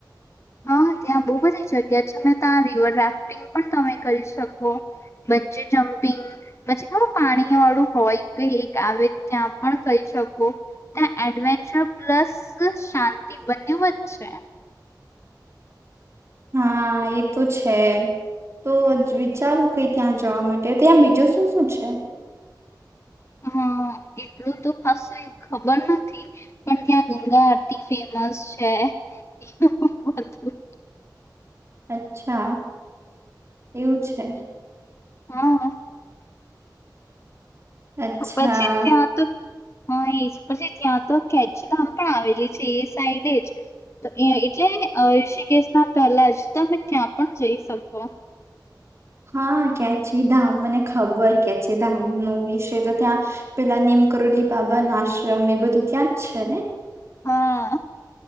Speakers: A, on the left (about 35°); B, on the right (about 35°).
A: હા, ત્યાં બો બધા જગ્યા છે ને તા રિવર રાફ્ટિંગ પણ તમે કરી શકો. બંજી જમ્પિંગ પછી ખબ પાણી વાળું હોય કઈ એક આવે ત્યાં પણ કઈ શકો. ત્યાં એડવેન્ચર પ્લસ શાંતિ બંનેવ જ છે.
B: હા, એ તો છે. તો જ વિચારૂ કઈ ત્યાં જવા માટે. ત્યાં બીજું શું શું છે?
A: હન્ન. એટલું તો ખાસુંય ખબર નથી. પણ ત્યાં ગંગા તી ફેમસ છે. એવું પણ બધું
B: અચ્છા. એવું છે.
A: હા.
B: અચ્છા
A: પછી ત્યાં તો હા એજ. પછી ત્યાં તો કેચીધામ પણ આવેલી છે એ સાઈડે જ. તો એ એટલે અ ઋષકેેશ ના પહેલા જ. તમે ત્યાં પણ જઈ શકો.
B: હા, કેચીધામ મને ખબર કેચીધામનો વિશે તો ત્યાં પેલા ને એમ કરોલીબાબાનો આશ્રમ એ બધું ત્યાં જ છે ને?
A: હા